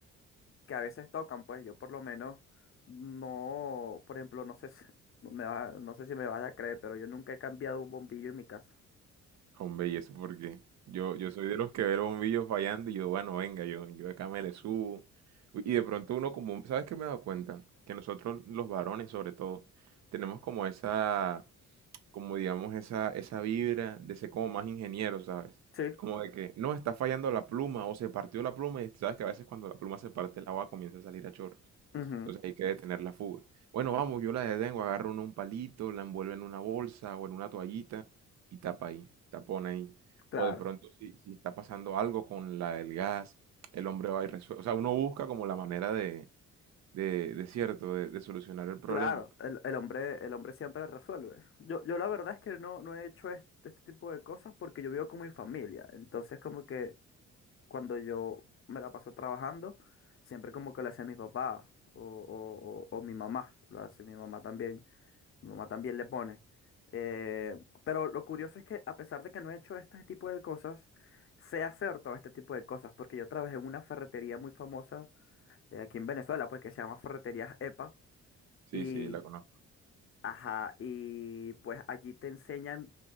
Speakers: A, on the left; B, on the right.
A: que a veces tocan, pues. Yo por lo menos no, por ejemplo, no sé si <laughs> no me va no sé si me vas a creer, pero yo nunca he cambiado un bombillo en mi casa.
B: Hombre, y eso porque yo, yo soy de los que ve el bombillo fallando y yo, bueno, venga, yo, yo acá me le subo. Y de pronto uno como, ¿sabes qué me he dado cuenta? Que nosotros los varones sobre todo, tenemos como esa, como digamos, esa, esa vibra de ser como más ingeniero, ¿sabes?
A: Sí,
B: Como de que, no, está fallando la pluma o se partió la pluma y sabes que a veces cuando la pluma se parte el agua comienza a salir a chorro.
A: ujú,
B: Entonces hay que detener la fuga. Bueno, vamos, yo la detengo, agarro un, un palito, la envuelvo en una bolsa o en una toallita y tapa ahí, tapona ahí.
A: claro.
B: O de pronto, si, si está pasando algo con la del gas, el hombre va y resuelve. O sea, uno busca como la manera de, de, de cierto, de, de solucionar el problema.
A: Claro, el, el hombre, el hombre siempre resuelve. Yo, yo la verdad es que no, no he hecho este, este tipo de cosas porque yo vivo con mi familia. Entonces como que cuando yo me la paso trabajando, siempre como que lo hace mi papá o, o- o- o mi mamá, lo hace mi mamá también, mi mamá también le pone. Eh, pero lo curioso es que a pesar de que no he hecho este tipo de cosas, sé hacer todo este tipo de cosas, porque yo trabajé en una ferretería muy famosa eh, aquí en Venezuela, pues que se llama Ferreterías EPA,
B: Sí,
A: y,
B: sí, la conozco.
A: ajá, y pues allí te enseñan